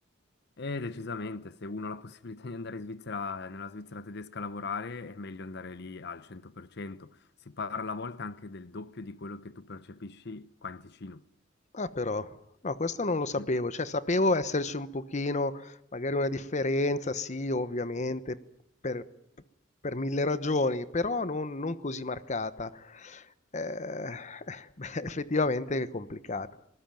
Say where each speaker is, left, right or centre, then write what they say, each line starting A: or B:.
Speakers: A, on the left; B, on the left.
A: E decisamente, se uno ha la possibilità di andare in Svizzera, nella Svizzera tedesca a lavorare, è meglio andare lì al 100%. Si parla a volte anche del doppio di quello che tu percepisci qua in Ticino.
B: Ah però, no, questo non lo sapevo,
A: Mm.
B: cioè sapevo esserci un pochino, magari una differenza, sì, ovviamente, per, per mille ragioni, però non, non così marcata. Eh, <laughs> beh, effettivamente è complicato.